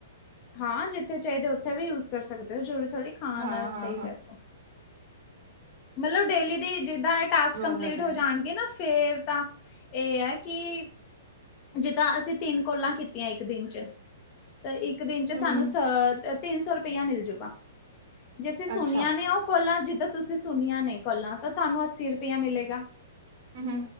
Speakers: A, on the left (about 35°); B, on the right (about 50°).
A: ਹਾਂ ਜਿੱਥੇ ਚਾਹੀਦੇ ਉੱਥੇ ਵੀ ਯੂਜ ਕਰ ਸਕਦੇ ਹੋ ਜ਼ਰੂਰੀ ਥੋੜ੍ਹੀ ਖਾਣ
B: ਹਾਂ
A: ਵਾਸਤੇ
B: ਹਾਂ
A: ਹੀ
B: ਹਾਂ
A: ਕਰ‌ਨੇ। ਮਤਲਬ ਡੇਲੀ ਦੀ ਜਿੱਦਾਂ ਇਹ ਟਾਸਕ
B: ਕਰ
A: ਕੰਪਲੀਟ
B: ਸਕਦੇ
A: ਹੋ
B: ਆ
A: ਜਾਣਗੇ ਨਾ ਫੇਰ ਤਾਂ ਇਹ ਐ ਕਿ ਜਿੱਦਾਂ ਅਸੀਂ ਤਿੰਨ ਕੋਲਾਂ ਕੀਤੀਆਂ ਇੱਕ ਦਿਨ ਚ, ਤਾਂ ਇੱਕ ਦਿਨ ਚ
B: ਹਮ
A: ਸਾਨੂੰ ਅ ਤਿੰਨ ਸੌ ਰੁਪਇਆ ਮਿਲ ਜੂਗਾ। ਜੇ ਅਸੀਂ ਸੁਨੀਆ
B: ਅੱਛਾ
A: ਨੇ ਉਹ ਕੋਲਾਂ ਜਿੱਦਾਂ ਤੁਸੀਂ ਸੁਣੀਆਂ ਨੇ ਕੋਲਾਂ ਤਾਂ ਤੁਹਾਨੂੰ ਅੱਸੀ ਰੁਪਇਆ ਮਿਲੇਗਾ।
B: ਹੂੰ-ਹੂੰ